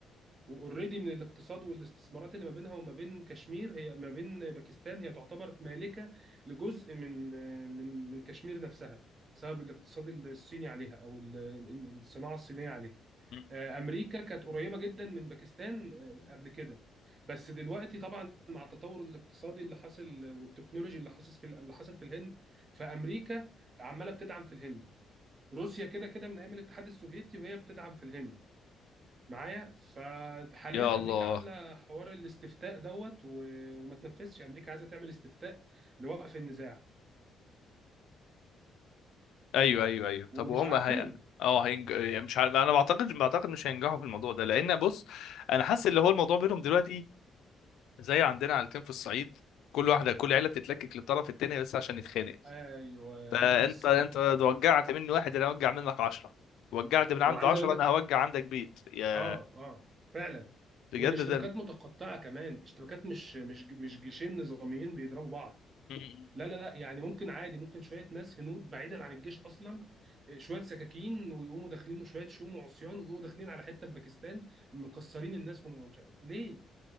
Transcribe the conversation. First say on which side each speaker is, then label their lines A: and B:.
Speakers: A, on the right; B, on the left.
A: واوريدي من الاقتصاد والاستثمارات اللي ما بينها وما بين كشمير هي ما بين باكستان هي تعتبر مالكة لجزء من من من كشمير نفسها بسبب الاقتصاد الصيني عليها او ال- ال- الصناعة الصينية عليها
B: مم.
A: آه، امريكا كانت قريبة جدا من باكستان آه، قبل كده بس دلوقتي طبعا مع التطور الاقتصادي اللي حاصل والتكنولوجي اللي حاصل في اللي حاصل في الهند فامريكا عمالة بتدعم في الهند روسيا كده كده من ايام الاتحاد السوفيتي وهي بتدعم في الهند معايا فحاليا
B: يا الله
A: امريكا عامله حوار الاستفتاء دوت و... وما تنفذش امريكا عايزه تعمل استفتاء لوقف النزاع
B: ايوه ايوه ايوج طب
A: ومش
B: وهم
A: عارفين
B: هي... اه هينج... آه، مش عارف انا بعتقد بعتقد مش هينجحوا في الموضوع ده لان بص انا حاسس اللي هو الموضوع بينهم دلوقتي زي عندنا عيلتين في الصعيد كل واحده كل عيله بتتلكك للطرف التاني بس عشان يتخانق
A: ايوه
B: فانت
A: <laughs> بالظبط
B: انت وجعت مني واحد انا اوجع منك عشرة وجعت من عند
A: وعايز
B: عشرة
A: اقول لك
B: انا هوجع عندك بيت يا
A: اه اه فعلا
B: بجد
A: والاشتباكات
B: ده
A: متقطعه كمان اشتباكات مش مش مش جيشين نظاميين بيضربوا بعض
B: مم.
A: لا لا لا يعني ممكن عادي ممكن شويه ناس هنود بعيدا عن الجيش اصلا آه، شويه سكاكين ويقوموا داخلين وشويه شوم وعصيان ويقوموا داخلين على حته في باكستان مكسرين الناس ومش عارف ليه